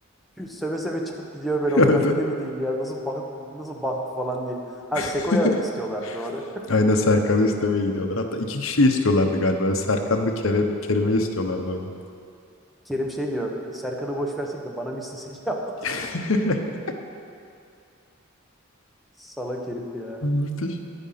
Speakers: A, in the centre; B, on the left.
A: seve seve çıkıp gidiyor böyle odadan
B: Evet.
A: yine
B: evet.
A: mi değil ya nasıl bak nasıl baktı falan diye. Ha
B: <laughs>
A: Seko'ya istiyorlar doğru.
B: Aynen Serkan'ı istemeye gidiyorlar. Hatta iki kişiyi istiyorlardı galiba. Serkan'la Kerem, Kerim'i istiyorlardı ona.
A: <laughs> Kerim şey diyor Serkan'ı boş versek de bana mı istesek ya?
B: <laughs>
A: <laughs> Salak herif ya.
B: Müthiş.